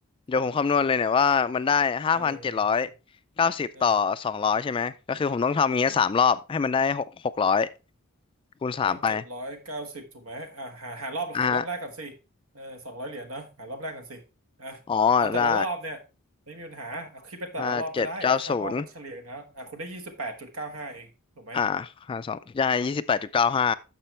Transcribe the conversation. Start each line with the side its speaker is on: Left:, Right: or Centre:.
Left: เดี๋ยวผมคำนวณเลยเนี่ยว่ามันได้ห้าพันเจ็ดร้อย
Right: เออ
Left: เก้าสิบต่อสองร้อยใช่ไหม
Right: เออ
Left: ก็คือผมต้องทำอย่างเงี้ยสามรอบให้มันได้หกหกร้อยคูณสามไป
Right: พันเจ็ดร้อยเก้าสิบถูกไหมอ่าหาหารอบหารอบแรกก่อนสิเออสองร้อยเหรียญเนาะหารอบแรกก่อนสิอ่ะเอาแต่ละรอบเนี่ย
Left: อ่ะฮะอ๋อได้
Right: ไม่มีปัญหาเอาคิดเป็นแต่ละรอบก็ได้ถ้าเพราะว่ามันเฉลี่ยนะอ่ะคุณได้ยี่สิบแปดจุดเก้าห้าเองถูกไหม
Left: ห้าเจ็ดเก้าศูนย์อ่าหาสองได้ยี่สิบแปดจุดเก้าห้า